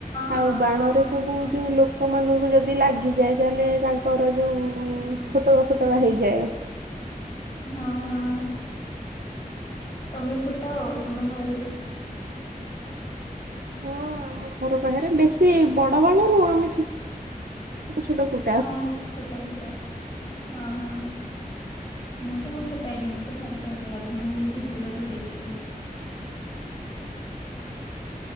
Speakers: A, on the left; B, on the right.
A: ହଁ
B: ଆଉ ବାଣରେ
A: ହଁ
B: ସବୁ
A: ହଁ
B: ଯୋଉ ଲୋ କମାନଙ୍କୁ ଯଦି ଲାଗିଯାଏ ତାହେଲେ ତାଙ୍କର ଯଉ
A: ହୁଁ।
B: ଫୋଟକା ଫୋଟକା ହଇଯାଏ।
A: ହଁ ହଁ। ତମେ ଫୁଟାଅ ତମେ ଘରେ?
B: ହଁ ଆମ ଘର ବାହାରେ ବେଶୀ ବଡ଼ ବାଣ ନୁହଁ ଆମେ ଛୋଟ ଛୋଟ ଫୁ
A: ହଁ ଏଇ ଛୋଟ ଛୋଟା ହଁ ହଁ। ମୁଁ ଜମା ଫୁଟାଏନି ମତେ ଭାରି ଡର ଲାଗେ ମୁଁ ଏମିତି ଦୂରରୁ ଦେଖେ